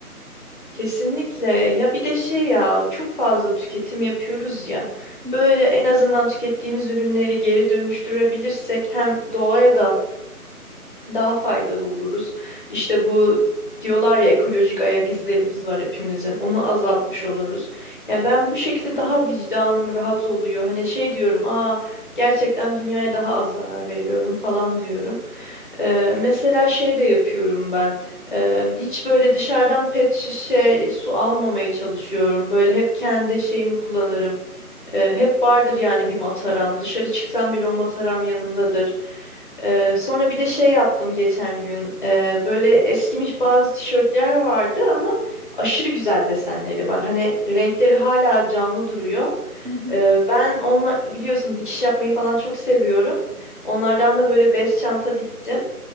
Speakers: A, on the left; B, on the right.
A: Kesinlikle. Ya bir de şey ya çok fazla tüketim yapıyoruz ya.
B: Hı
A: Böyle
B: hı,
A: en azından tükettiğimiz ürünleri geri dönüştürebilirsek hem doğaya da daha faydalı oluruz. İşte bu diyorlar ya ekolojik ayak izlerimiz var hepimizin. Onu azaltmış oluruz. Ya ben bu şekilde daha vicdanım rahat oluyor. Hani şey diyorum, aa gerçekten dünyaya daha az zarar veriyorum falan diyorum. Ee, mesela şey de yapıyorum ben. Ee, hiç böyle dışarıdan pet şişe su almamaya çalışıyorum. Böyle hep kendi şeyimi kullanırım. E, hep vardır yani bir mataram. Dışarı çıksam bile o mataram yanımdadır. E, sonra bir de şey yaptım geçen gün. E, böyle eskimiş bazı tişörtler vardı ama aşırı güzel desenleri var. Hani renkleri hala canlı duruyor.
B: hı hı.
A: E, ben onunla biliyorsun dikiş yapmayı falan çok seviyorum. Onlardan da böyle bez çanta diktim.